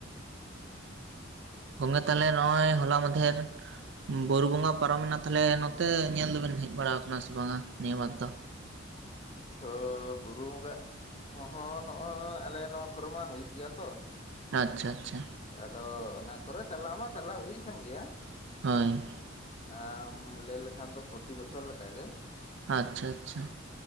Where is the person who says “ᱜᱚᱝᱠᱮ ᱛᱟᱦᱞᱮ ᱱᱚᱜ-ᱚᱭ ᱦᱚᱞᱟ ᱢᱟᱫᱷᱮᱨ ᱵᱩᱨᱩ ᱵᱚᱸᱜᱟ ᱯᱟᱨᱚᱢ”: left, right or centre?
Right